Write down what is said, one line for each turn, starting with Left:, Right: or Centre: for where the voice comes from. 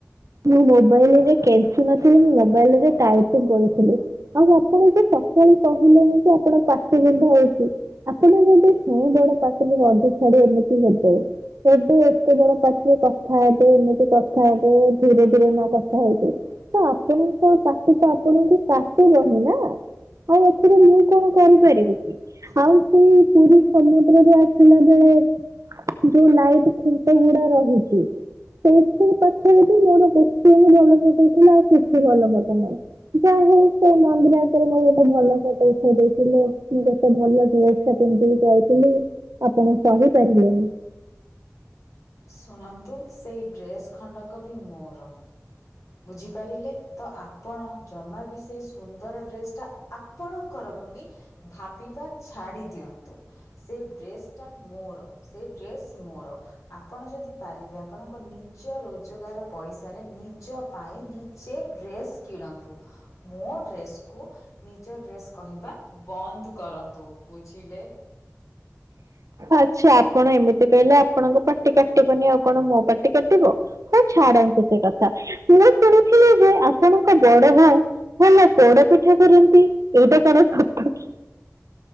Right: ମୁଁ ମୋବାଇଲରେ କେଞ୍ଚୁ ନଥିଲି ମୁଁ ମୋବାଇଲରେ ଟାଇପି କରୁଥିଲି। ଆଉ ଆପଣ ଯେ ସକାଳୁ କହିଲେନି ଯେ ଆପଣ ପାଟି ବିନ୍ଧା ହୋଉଚି। ଆପଣ ଯଦି ହେଁ ବଡ ପାଟରେ ରନ୍ଧି ଛାଡି ଏମିତି ହେବେ ହେବେ ଏତେ ବଡ ପାଟ ଟେ କଥା ହେବେ ଏମିତି କଥା ହେବେ ଧୀରେ ଧୀରେ ନ କଥା ହଉଛି ତ ଆପଣଙ୍କ ପାଟି ତ ଆପଣଙ୍କୁ କଟିବ ହିଁ ନା। ଆଉ ଏଥିରେ ମୁଁ କଣ କରିପାରିବି କି? ଆଉ ସେଇ ପୁରୀ ସମୁଦ୍ରରୁ ଆସିଲା ବେଳେ ଯୋଉ ଲାଇଟ ଖୁଣ୍ଟ ଗୁଡା ରହିଚି ସେଏଠି ପାଖରେ ମୋର ଗୋଟେବି ଭଲ ଫଟ ଥିଲା ଆଉ କିଛି ଭଲ ଫଟ ନାଇଁ। ଯା ହୋଉ ସେ ମନ୍ଦିର ଆଗରେ ମୋ ଗୋଟେ ଭଲ ଫଟୋ ଉଠେଇ ଦେଇଥିଲ ମୁଁ କେତେ ଭଲ ଡ୍ରେ ସ ପିନ୍ଧିକି ଯାଇଥିଲି ଆପଣ ସହିପାରିଲେନି।
Left: ଶୁଣନ୍ତୁ ସେଇ ଡ୍ରେସ୍ ଖଣ୍ଡକ ବି ମୋର। ବୁଝିପାରିଲେ ତ ଆପଣ ଜମା ବି ସେଇ ସୁନ୍ଦର ଡ୍ରେସ୍ ଆପଣଙ୍କର ବୋଲି ଭାବିବା ଛାଡି ଦିଅନ୍ତୁ। ସେ ଡ୍ରେସ ଟା ମୋର ସେ ଡ୍ରେସ୍ ମୋର। ଆପଣ ଯଦି ପାରିବେ ଆପଣଙ୍କ ନିଜ ରୋଜଗାର ପଇସାରେ ନିଜ ପାଇଁ ନିଜେ ଡ୍ରେସ୍ କିଣନ୍ତୁ ମୋ ଡ୍ରେସ୍କୁ ନିଜ ଡ୍ରେସ୍ କହିବା ବନ୍ଦ କରନ୍ତୁ ବୁଝିଲେ।
Right: ଆଚ୍ଛା ଆପଣ ଏମିତି କହିଲେ ଆପଣଙ୍କ ପାଟି କାଟିବନି ଆଉ କଣ ମୋ ପାଟି କାଟିବ। ହଁ ଛାଡନ୍ତୁ ସେ କଥା ମୁଁ ଶୁଣିଥିଲି ଯେ ଆପଣଙ୍କ ବଡ଼ ବୋଉ। ଭଲ ପୋଡା ପିଠା କରନ୍ତି ଏଇଟା କଣ ସତ କଥା କି